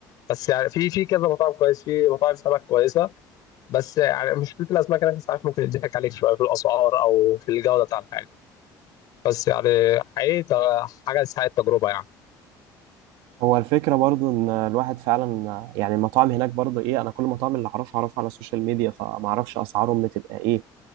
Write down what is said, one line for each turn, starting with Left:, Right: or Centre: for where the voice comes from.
Left: بس يعني في في كذا مطعم كويس في مطاعم سمك كويسه بس يعني مشكله الاسماك هناك ساعات ممكن يضحك عليك شويه في الاسعار او في الجوده بتاع الحاجه بس يعني حقيقي ت- حاجة تستحق التجربة يعني
Right: هو الفكرة برضو إن الواحد فعلا يعني المطاعم هناك برضو إيه أنا كل المطاعم اللي أعرفها أعرفها على السوشيال ميديا فمعرفش أسعارهم بتبقى إيه